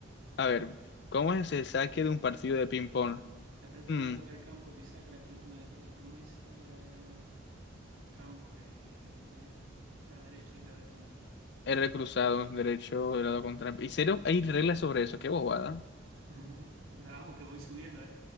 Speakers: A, on the left; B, on the right.
A: A ver, ¿cómo es el saque de un partido de ping-pong?
B: La pelota
A: Mm,
B: no debe tocar el campo que saca, la pelota no debe tocar la mesa, la... campo que... Lado derecho, el lado del contrario.
A: R cruzado, derecho, de lado contra. Y cero, hay reglas sobre eso, qué bobada.
B: <laughs> Vamos que voy subiendo, ¿eh?